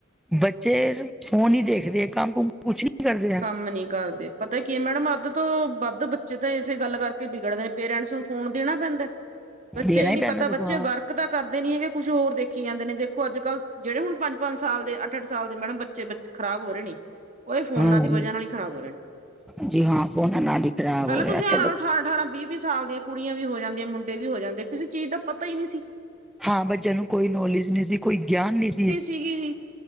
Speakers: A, in the centre; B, on the right.
A: ਬੱਚੇ ਫੋਨ ਈ ਦੇਖਦੇ ਕੰਮ-ਕੁਮ ਕੁਛ ਨੀ ਕਰਦੇ। ਆ
B: ਕੰਮ ਨੀ ਕਰਦੇ, ਪਤਾ ਕੀ ਐ ਮੈਡਮ ਅੱਧ ਤੋਂ ਵੱਧ ਬੱਚੇ ਤਾਂ ਇਸੇ ਗੱਲ ਕਰਕੇ ਬਿਗੜਦੇ ਪੇਰੈਂਟਸ ਨੂੰ ਫੋਨ ਦੇਣਾ ਪੈਂਦਾ, ਬੱਚੇ
A: ਦੇਣਾ
B: ਇਹ
A: ਹੀ
B: ਨੀ
A: ਪੈਂਦਾ
B: ਪਤਾ
A: ਦੇਖੋ
B: ਬੱਚੇ
A: ਹਾਂ
B: ਵਰਕ ਇੱਕਤਾਂ ਕਰਦੇ ਨੀ ਹੈਗੇ ਕੁਛ ਹੋਰ ਦੇਖੀ ਜਾਂਦੇ ਨੇ ਦੇਖੋ ਅੱਜ-ਕੱਲ ਜੇੜੇ ਹੁਣ ਪੰਜ-ਪੰਜ ਸਾਲ ਦੇ, ਅੱਠ- ਅੱਠ ਸਾਲ ਦੇ ਮੈਡਮ ਬੱਚੇ ਬੱਚ ਖਰਾਬ ਹੋ ਰਏ ਨੇ ਉਹ ਇਹ ਫੋਨਾਂ
A: ਹਾਂਜੀ
B: ਦੀ ਵਜ੍ਹਾ ਨਾਲ ਹੀ ਖਰਾਬ ਹੋ ਰਹੇ ਨੇ।
A: ਜੀ ਹਾਂ ਫੋਨ ਨਾਲ ਹੀ ਖ਼ਰਾਬ
B: ਪਹਿਲਾਂ
A: ਹੋ ਰਿਹਾ
B: ਤੁਸੀਂ
A: ਅੱਛਾ
B: ਐਂ ਲਾਲੋ ਅਠਾਰਾਂ-ਅਠਾਰਾਂ ਵੀਹ-ਵੀਹ ਸਾਲ ਦੀਆਂ ਕੁੜੀਆਂ ਵੀ ਹੋ ਜਾਂਦੀਆਂ ਮੁੰਡੇ ਵੀ ਹੋ ਜਾਂਦੇ ਕਿਸੇ ਚੀਜ਼ ਦਾ ਪਤਾ ਈ ਨੀ ਸੀ।
A: ਹਾਂ, ਬੱਚਿਆਂ ਨੂੰ ਕੋਈ ਨੌਲੇਜ ਨਈ ਸੀ, ਕੋਈ ਗਿਆਨ ਨਈ ਸੀ।
B: ਠੀਕ ਐ ਜੀ।